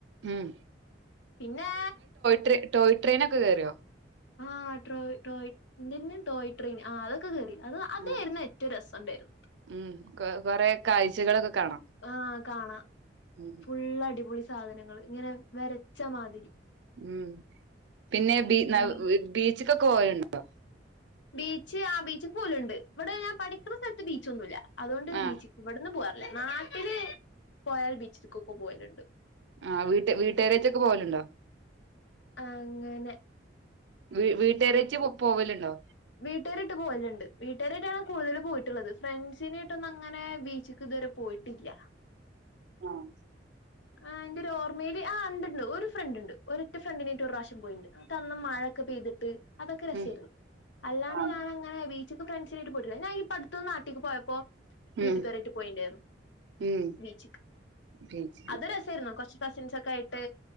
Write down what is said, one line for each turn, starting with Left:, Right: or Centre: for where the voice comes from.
Right: ഉം
Left: പിന്നേ
Right: ട്രി ടോയ്ട്രെയിനൊക്കെ കേറിയോ?
Left: ആഹ് ട്രോയ് ട്രോ എന്തേയ്‌ന് ടോയ് ട്രെയിൻ ആ അതൊക്കെ കേറി. അത് അതേരുന്നു
Right: ആഹ്
Left: ഏറ്റവും രസം. ഉണ്ടായിരുന്നു.
Right: ഉം കൊറേ കാഴ്ചകളൊക്കെ കാണാം
Left: ആ കാണാം
Right: ഉം
Left: ഫുള്ള് അടിപൊളി. സാധനങ്ങൾ ഇങ്ങനെ വരച്ച മാതിരി
Right: മ് പിന്നെ ബി
Left: ആഹ്
Right: ബീച്ച് ക്കൊക്കെ പോവല്ണ്ടോ
Left: ബീച്ച് ആ ബീച്ച പോലുണ്ട് ഇവിടെ ഞാൻ പഠിക്കുന്ന സ്ഥലത്ത് ബീ ച്ചൊന്നൂല്ല അതുകൊണ്ട്
Right: ആഹ്
Left: ബീച്ചക്ക് ഇവിടുന്ന് പോവാ നാട്ടില് പോയൽ ബീച്ച് <unintelligible> പ്പൊ പോയലുണ്ട്
Right: ആ വീട്ട് വീട്ടുകാരേറ്റൊക്കെ പോവലുണ്ടോ
Left: ആ അങ്ങനെ
Right: വീ വീട്ടേരേറ്റ് പോവലുണ്ടോ
Left: വീട്ടുകാരിട്ട് പോവലുണ്ട് വീട്ടേരിട്ടാണ് കൂടുതൽ പോയിട്ടുള്ളത് ഫ്രണ്ട്സിനേട്ടൊന്ന അങ്ങനെ ബീച്ച് ക്ക് ഇതുവരെ പോയിട്ടില്ല
Right: ആഹ്
Left: ആ എന്റെ ഒരു ഓർമ്മേൽ ആ ഇണ്ട് ഒരു ഫ്രണ്ട് ഇണ്ട് ഒരറ്റ ഫ്രണ്ടിനേറ്റ് ഒരു പ്രാവശ്യം പോയിണ്ട് ന്നിട്ട് അന്ന് മഴൊക്കെ പെയ്തിട്ട് അതൊക്കെ രസേയിരുന്നു
Right: ഉം
Left: അല്ലാണ്ട്
Right: ആഹ്
Left: ഞാനങ്ങനെ ബീച്ച് പം ഫ്രണ്ട്സിനട്ട് പോയിട്ടില്ല ഞാനീപ്പ അടുത്തൊന്ന് നാട്ടിക്ക് പോയപ്പോ വീട്ട്
Right: ഉം
Left: കാരായിട്ട് പോയിണ്ടായിരുന്നു
Right: ഉം
Left: ബീച്ചിക്ക്
Right: ബീച്ച്
Left: അത് രസാരുന്നു കൊറച്ചു പാഷൻ ൻ ഒക്കെ ആയിട്ട്